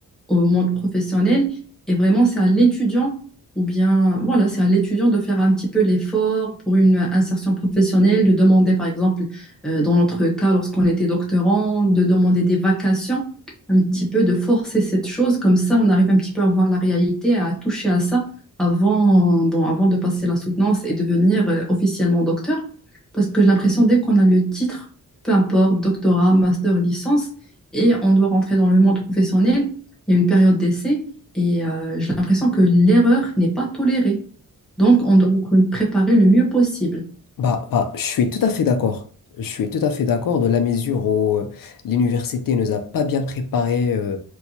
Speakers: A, in the centre; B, on the left (about 75°).
A: au monde professionnel. Et vraiment, c'est à l'étudiant, ou bien, voilà, c'est à l'étudiant de faire un petit peu l'effort pour une insertion professionnelle, de demander, par exemple, euh, dans notre cas, lorsqu'on était doctorant, de demander des vacations, un petit peu de forcer cette chose. Comme ça, on arrive un petit peu à voir la réalité, à toucher à ça avant, bon, avant de passer la soutenance et devenir euh, officiellement docteur. Parce que j'ai l'impression, dès qu'on a le titre, peu importe, doctorat, master, licence, et on doit rentrer dans le monde professionnel, il y a une période d'essai et euh, j'ai l'impression que l'erreur n'est pas tolérée. Donc, on doit préparer le mieux possible.
B: Bah, bah, je suis tout à fait d'accord. Je suis tout à fait d'accord de la mesure où euh, l'université nous a pas bien préparés euh,